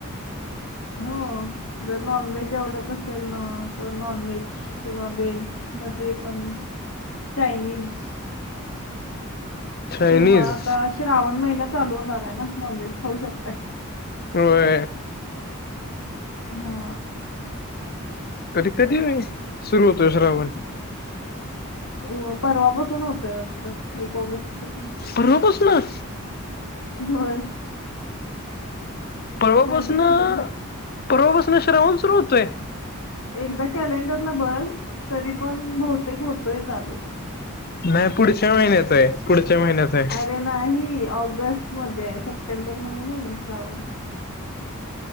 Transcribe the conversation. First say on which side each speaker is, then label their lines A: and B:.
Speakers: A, on the left; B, on the left.
A: हो जर नॉनव्हेज आवडत असेल ना तर नॉन व्हेज किंवा व्हेज. मध्ये पण चायनीज.
B: चायनीज
A: किंवा आता श्रावण महिना चालू होणार आहे ना, नॉन व्हेज खाऊ शकताय.
B: होय,
A: हा,
B: कधी कधी सुरू होतोय श्रावण?
A: हो परवापासून होतोय वाटतं एक ऑगस्ट पासून.
B: परवापासनं?
A: होय.
B: पर्वापासून
A: माहिती नाही तुला
B: पर्वापासून श्रावण सुरू होतोय.
A: एकदा कॅलेंडरला बग तरी पण बहुतेक होतोय चालू.
B: नाही पुढच्या महिन्यात आहे पुढच्या महिन्यात आहे.
A: अरे नाही ऑगस्ट मध्ये सप्टेंबर मध्ये नाही आहे श्रावण.